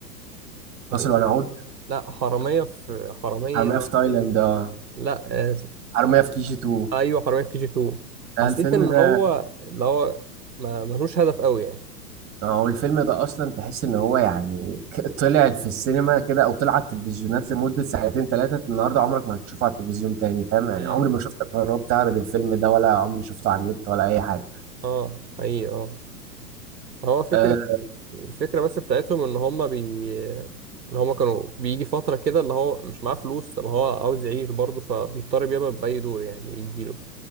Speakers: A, on the right; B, on the right.
A: كان
B: فاصل
A: اسمه
B: ونعود
A: ايه لا حرامية في حرامية
B: حرامية في تايلاند أه
A: لا آه،
B: حرامية في كيجي 2
A: ايوه حرامية في كي جي 2
B: آه،
A: حسيت
B: الفيلم
A: ان
B: ده
A: هو اللي هو ما ملوش هدف قوي يعني
B: هو الفيلم ده أصلا تحس إن هو يعني ك- طلع في السينما كده أو طلع على التلفزيونات لمدة ساعتين ثلاثة النهاردة عمرك ما هتشوفه على التلفزيون تاني فاهم يعني
A: امم
B: عمري ما شفت قناة بتعرض الفيلم ده ولا عمري شفته على النت ولا أي حاجة
A: اه حقيقي اه هو فكرة
B: آه،
A: الفكرة بس بتاعتهم ان هما بي ان هما كانوا بيجي فترة كده اللي هو مش معاه فلوس طب هو عاوز يعيش برضه فبيضطر يقبل بأي دور يعني يجيله